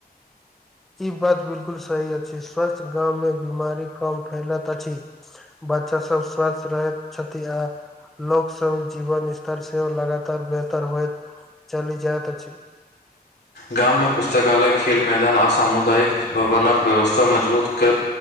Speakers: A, in the centre; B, on the left.
A: ई बात बिलकुल सही अछि स्वस्थ गाँव मे बीमारी कम फैलत अछि बच्चा सब स्वस्थ रहैत छथि आ लोक सब जीवन स्तर सेहो लगातार बेहतर होए चली जाइत अछि
B: गाम में पुस्तकालय खेल मैदान आर सामुदायिक भवनक व्यवस्था मजबूत कर